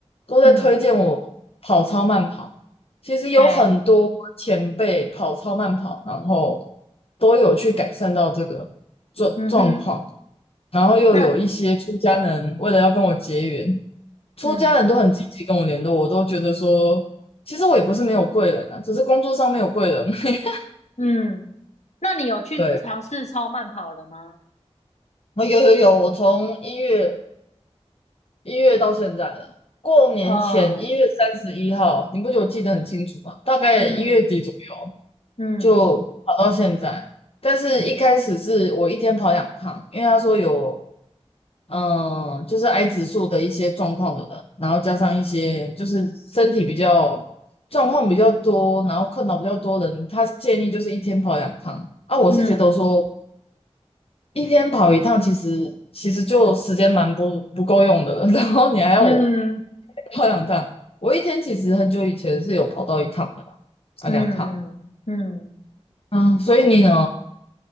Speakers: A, on the left; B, on the left.
A: 都在推荐我跑超慢跑。
B: 嗯，
A: 其实有很多前辈跑超慢跑，
B: 嘿，
A: 然后都有去改善到这个状状况，
B: 嗯哼，
A: 然后又有一些出家人为了要跟我结缘，
B: 那
A: 出家人都很积极跟我联络，
B: 嗯
A: 我都觉得说，其实我也不是没有贵人啊，只是工作上没有贵人。<laughs>
B: 嗯，那你有去尝试超慢跑了吗？
A: 对，哦有有有，我从一月一月到现在了过年前一月三十一号，
B: 哦，
A: 你不觉得我记得很清楚吗？大概一月底左右
B: 嗯嗯
A: 就跑到现在，但是一开始是我一天跑两趟，因为他说有嗯，就是癌指数的一些状况的人，然后加上一些就是身体比较状况比较多，然后困扰比较多的人，他建议就是一天跑两趟啊。我是觉得说
B: 嗯
A: 一天跑一趟，其实其实就时间蛮不不够用的，<laughs> 然后你还要我
B: 嗯
A: <laughs> 跑两趟，我一天其实很久以前是有跑到一趟的啦啊，
B: 嗯嗯嗯，
A: 两趟啊，所以你呢？